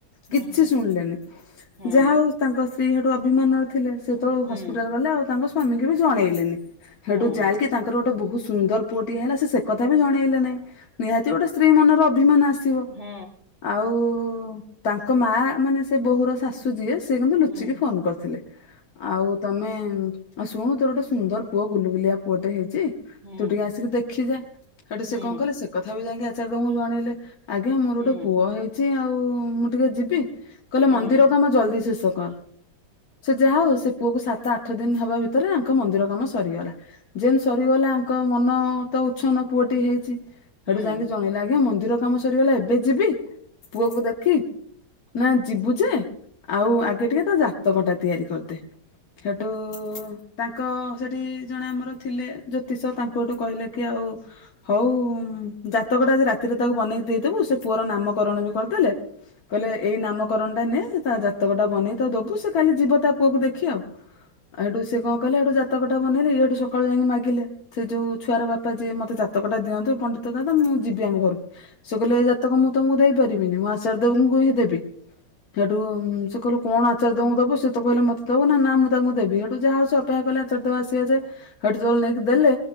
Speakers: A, on the left (about 55°); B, on the right (about 25°).
A: କିଛି
B: ଓହୋ
A: ଶୁଣିଲେନି
B: ହଁ
A: ଯାହା ହଉ ତାଙ୍କ ସ୍ତ୍ରୀ ହେଠୁ ଅଭିମାନର ଥିଲେ ସେତେବେଳେ
B: ହଁ
A: ହସ୍ପିଟାଲ୍ ଗଲେ ଆଉ ତାଙ୍କ ସ୍ଵାମୀ ବି ଜଣେଇଲେନି ସେଠୁ
B: ହଁ
A: ଯାଇକି ତାଙ୍କର ଗୋଟେ ବହୁତ୍ ସୁନ୍ଦର ପୁଅଟିଏ ହେଲା ସେ କଥା ବି ଜଣେଇଲେ ନାଇଁ। ନିହାତି ଗୋଟେ ସ୍ତ୍ରୀ ମନର ଅଭିମାନ ଆସିବ।
B: ହୁଁ।
A: ଆଉ ତାଙ୍କ ମା ମାନେ ସେ ବୋହୁର ଶାଶୁ ଯିଏ ସିଏ କିନ୍ତୁ ଲୁଚିକି
B: ହଁ
A: ଫୋନ୍ କରିଥିଲେ ଆଉ ତମେ ଆଉ ଶୁଣୁ ତୋର ଗୋଟେ ସୁନ୍ଦର ପୁଅ ଗୁଲୁ ଗୁଲିଆ ପୁଅଟେ ହେଇଚି
B: ହଁ ହଁ ହଁ
A: ତୁ ଟିକେ ଆସିକି ଦେଖି ଯା ସେଠୁ
B: ହଁ
A: ସେ
B: ହଁ
A: କଣ କଲେ ସେ କଥା ବି ଯାଇକି ଆଚାର୍ଯ୍ୟ ଙ୍କୁ ଜଣେଇଲେ ଆଜ୍ଞା ମୋର
B: ହଁ ହଁ ହଁ ହଁ ହଁ ହଁ ହଁ
A: ଗୋଟେ ପୁଅ ହେଇଚି ଆଉ ମୁଁ ଟିକେ ଯିବି କହିଲେ
B: ହଁ
A: ମନ୍ଦିର କାମ ଜଲଦି ଶେଷ କର ସେ ଯାହା ହଉ ଠୁ ସେ ପୁଅକୁ ସାତ ଆଠ ଦିନ ହବା ଭିତରେ ଆଙ୍କ ମନ୍ଦିର କାମ ସରିଗଲା ଯେମତି ସରିଗଲା ଙ୍କ ମନ ତ ଉଛନ ପୁଅଟି ହେଇଛି ସେଠୁ
B: ହଁ
A: ଯାଇକି ଜଣେଇଲା ଆଜ୍ଞା ମନ୍ଦିର କାମ ସରିଗଲା ଏବେ ଯିବି ପୁଅକୁ ଦେଖ କି ନା ଯିବୁ ଯେ ଆଉ ଆଗେ ଟିକେ ତା ଜାତକଟା ତିଆରି କରିଦେ। ହେଟୁ ତାଙ୍କ ସେଠି ଜଣେ ଆମର ଥିଲେ ଜ୍ୟୋତିଷ ତାଙ୍କୁ ହେଟୁ କହିଲେ କି ଆଉ ହଉ ଜାତକଟା ଆଜି ରାତିରେ ତାକୁ ବନେଇକି ଦେଇଦବୁ ସେ ପୁଅର ନାମକରଣ ବି କରିଦେଲେ। କହିଲେ ଏଇ ନାମକରଣ ଟା ନେ ତା ଜାତକଟା ବନେଇ ତା ଦବୁ ସେ କାଲି ଯିବ ତା ପୁଅକୁ ଦେଖି ଆଉ। ହେଠୁ ସେ କଣ କଲେ ସେଠୁ ଜାତକଟା ବନେଇଲେ ହେଇଠୁ ସକାଳୁ ଯାଇକି ମାଗିଲେ। ସେ ଯୋଉ ଛୁଆର ବାପା ଯିଏ ମତେ ଜାତକଟା ଦିଅନ୍ତୁ ପଣ୍ଡିତ ଦାଦା ମୁଁ ଯିବି ଆମ ଘରକୁ। ସେ କହିଲେ ଏ ଜାତକ ମୁଁ ତମକୁ ଦେଇପାରିବିନି ମୁଁ ଅର୍ଚଯ୍ୟ ଙ୍କୁ ହିଁ ଦେବି। ସେଠୁ ସେ କହିଲେ କଣ ଅର୍ଚାଯ୍ୟ ଙ୍କୁ ଦବୁ ସେ ତ କହିଲେ ମତେ ଦବୁ ନା ମୁଁ ତାଙ୍କୁ ମୁଁ ଦେବି। ହେଟୁ ଯାହା ହଉ ସେ ଅପେକ୍ଷା କଲେ ଅର୍ଚାଯ୍ୟ ଆସିବା ଯାଏଁ। <unintelligible> ଦେଲେ